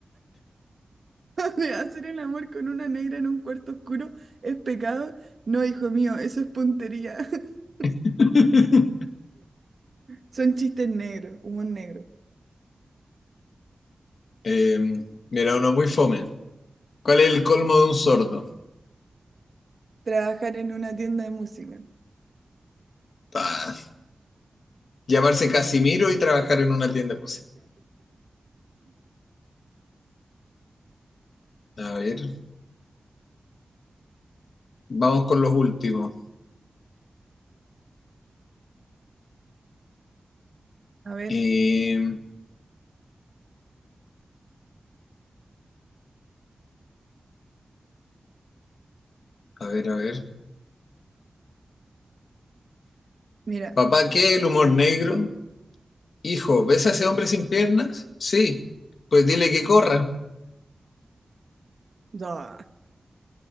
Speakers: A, on the right; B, on the left.
A: <laughs> Padre, hacer el amor con una negra en un cuarto oscuro es pecado. No, hijo mío, eso es puntería. <laughs>
B: <laughs>
A: Son chistes negros, humor negro.
B: Em, mira, uno muy fome. ¿Cuál es el colmo de un sordo?
A: Trabajar en una tienda de música.
B: Ah, llamarse Casimiro y trabajar en una tienda de música. A ver, vamos con los últimos.
A: A ver,
B: Em, a ver, a ver.
A: mira.
B: Papá, ¿qué es el
A: Ah,
B: humor negro? Hijo, ¿ves a ese hombre sin piernas? Sí, pues dile que corra.
A: da.